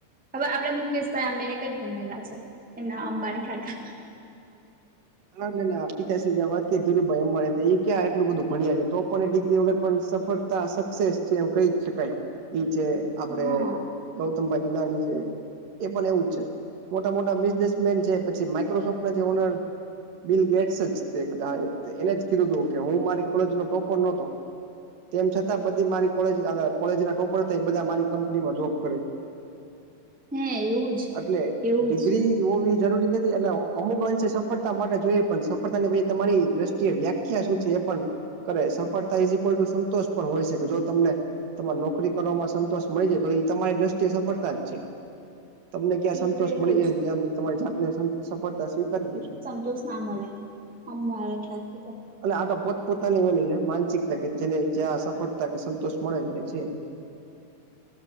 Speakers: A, in the centre; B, on the right.
A: હવે આપડ મુકેશભાઈ આંબેની કઈ બાયડેલા છે એમના અંબાની ખાતા
B: ના ના ના પિતાશ્રી વાત ધીરુભાઈ અમા તો એ ક્યા એટલું બધું ભણ્યા છે તો પણ એ ડિગ્રી વગર પણ સફળ સક્સેસ છે એમ કહી શકાય છે આપડે
A: હા
B: ગૌતમભાઈ અદાણી છે એ પણ એવું જ છે મોટા મોટા બિઝનેસમેન છે પછી માઈક્રોસોફ્ટ ના જે ઓનર બિલ ગેટ્સ તે કદાચ એને કીધું હતું કે હું મારી કોલેજ નો ટોપર નતો તેમ છતાં બધી મારી કોલેજ કોલેજ ના ટોપર થઈ બધા મારી કંપનીમાં જોબ કરે છે
A: હે એવું જ
B: એટલે
A: એવું
B: ડિગ્રી
A: જ
B: હોવી જરૂરી નથી અને અમુક અંશેે સફળ માટે જોઈએ પણ સફળતા ની પછી તમારી દ્રષ્ટિએ વ્યાખ્યા શું છે એ પણ કરે સફળતા ઇઝઇક્વલ ટુ સંતોષ પણ હોય શકે જો તમને તમારે નોકરી કરવામાં સંતોષ મળી જ તો એ તમારી દ્રષ્ટિએ સફળતા જ છ તમને ક્યાં
A: એ
B: સંતોષ
A: તો એવું
B: મળી જાયને
A: જ
B: ત્યાં તમારી જાતને સફળતા સ્વીકારી દેજો
A: <unintelligible> અમ મારા ખ્યાલથી તો
B: એટલે આ તો પોતપોતાની હોની છે માનસિકતા કે જેને જ્યા આ સફળતા કે સંતોષ મળે છે છે